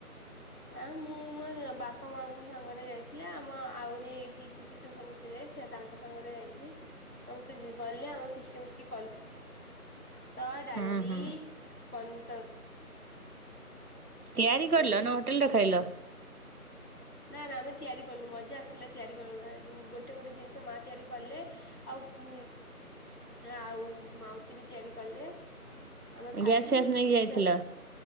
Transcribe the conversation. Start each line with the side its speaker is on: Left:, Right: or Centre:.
Left: ଆ ମୁଁ ମୋ ବାପା ମାଙ୍କ ସାଙ୍ଗରେ ଯାଇଥିଲି। ଆମ ଆହୁରି ପିଇସୀ ପିଇସା ସବୁ ଥିଲେ ସେ ତାଙ୍କ ସାଙ୍ଗରେ ଯାଇଥିଲି। ସେ ଗଲେ ଆମେ ଫିଷ୍ଟ ମିଷ୍ଟ କ ଭାତ, ଡାଲି,
Right: ହୁଁ ହୁଁ
Left: ପନିରି ତରକାରୀ
Right: ତିଆରି
Left: ପନିର
Right: କରିଲ ନା ହୋଟେଲ ଖାଇଲ?
Left: ନା ନା ଆମେ ତିଆରି କଲୁ ମଜା ଆସିଲା ତିଆରିବାରେ ଗୋଟେ ଗୋଟେ ଜିନିଷ ମା ତିଆରି କଲେ। ଆଉ କୁ ଆଉ ମାଉସୀ ବି ତିଆରି କଲେ। ଆମେ ଖାଇଲୁ
Right: ଗ୍ୟାସ୍ ଫ୍ୟାସ୍ ନେଇକି ଯାଇଥିଲ?
Left: ସେତ